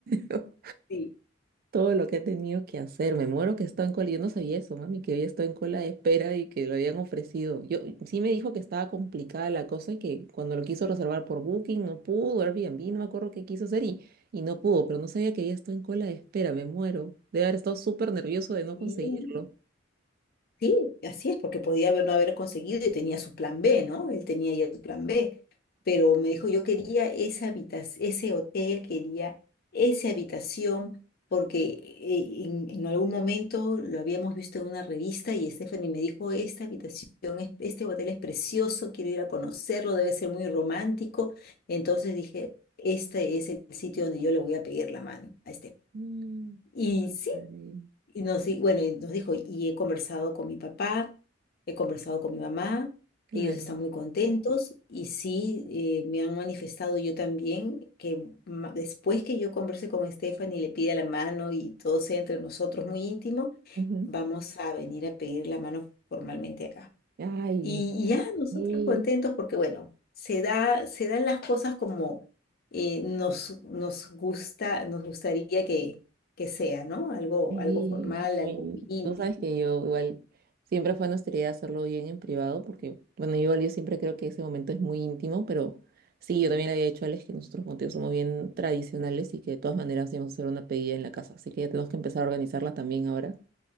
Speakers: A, on the right (about 50°); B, on the left (about 55°).
A: bueno.
B: sí,
A: todo lo que he tenido que hacer. Me muero que estaba en cola. Yo no sabía eso, mami, que había estado en cola de espera y que lo habían ofrecido. Yo sí me dijo que estaba complicada la cosa y que cuando lo quiso reservar por Booking no pudo, Airbnb, no me acuerdo qué quiso hacer y, y no pudo, pero no sabía que había estado en cola de espera. Me muero. Debe haber estado súper nervioso de no
B: sí,
A: conseguirlo.
B: Sí, así es, porque podía haber- no haber conseguido y tenía su plan B, ¿no? Él tenía ya su plan B, pero me dijo, yo quería esa habitación, ese hotel, quería esa habitación, porque eh, en, en algún momento lo habíamos visto en una revista y Stephanie me dijo, esta habitación, es- este hotel es precioso, quiero ir a conocerlo, debe ser muy romántico. Entonces dije, este es el sitio donde yo le voy a pedir la mano a
A: Mm.
B: Stephanie.
A: Ay,
B: Y nos, di- bueno, y nos dijo, y he conversado con mi papá, he conversado con mi mamá,
A: claro.
B: ellos están muy contentos y sí, eh, me han manifestado yo también que ma- después que yo converse con Stephanie y le pida la mano y todo sea entre nosotros muy íntimo,
A: Ujú.
B: vamos a venir a pedir la mano formalmente acá.
A: Ay,
B: Y y ya nosotros
A: sí.
B: contentos porque, bueno, se da, se dan las cosas como eh, nos, nos gusta, nos gustaría que, que sea, ¿no? Algo,
A: Sí,
B: algo formal, algo
A: y
B: muy íntimo.
A: tú sabes que yo igual siempre fue nuestra idea hacerlo bien en privado, porque bueno, yo, igual yo siempre creo que ese momento es muy íntimo, pero sí, yo también le había dicho a Alex que nosotros como tío somos bien tradicionales y que de todas maneras íbamos a hacer una pedida en la casa, así que ya tenemos que empezar a organizarla también ahora